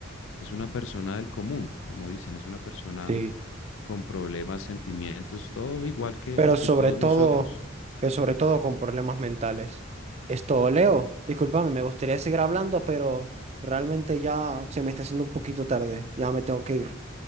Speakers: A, on the left (about 65°); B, on the right (about 30°).
A: es una persona del común, como dicen, es una persona
B: sí.
A: con problemas, sentimientos, todo igual que,
B: Pero sobre
A: que todos
B: todo,
A: nosotros.
B: pero sobre todo con problemas mentales. Esto, Leo, discúlpame, me gustaría seguir hablando, pero realmente ya se me está haciendo un poquito tarde. Ya me tengo que ir.